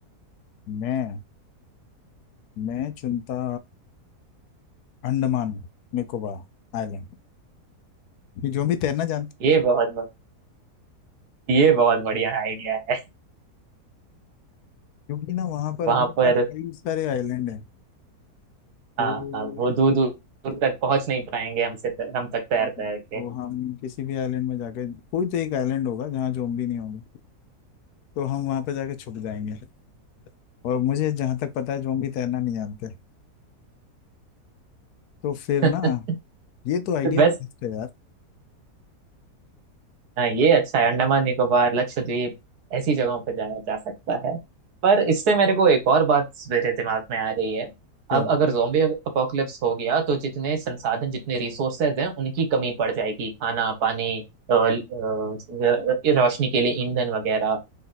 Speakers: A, on the left (about 75°); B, on the right (about 70°).
A: मैं मैं चुनता अंडमान निकोबार आइलैंड ये जो भी तैरना जानते हैं,
B: ये बहुत ब- ये बहुत बढ़िया आइडिया है
A: क्योंकि ना वहां पर
B: <laughs> वहां
A: अपने पास
B: पर
A: कई सारे आइलैंड हैं तो
B: हाँ हाँ, वो दूर दूर दूर तक पहुंच नहीं पाएंगे हमसे हम तक तैर
A: हम
B: तैर के
A: तो हम किसी भी आइलैंड में जाके कोई तो एक आइलैंड होगा जहाँ जोम्बी नहीं होंगे तो हम वहां पर जाके छुप जाएंगे और मुझे जहां तक पता है जो हम भी तैरना नहीं जानते तो फिर
B: <laughs>
A: ना ये तो आइडिया
B: बस
A: बेस्ट है यार
B: हाँ ये अच्छा है अंडमान निकोबार लक्षद्वीप ऐसी जगहों पर जाया जा सकता है पर इससे मेरे को एक और बात मेरे दिमाग में आ रही है
A: क्या
B: अब
A: बताऊं
B: अगर जोम्बी अपोकलिप्स हो गया तो जितने संसाधन जितने रिसोर्सेज हैं उनकी कमी पड़ जाएगी खाना पानी अ, अ, रोशनी के लिए ईंधन वगैरह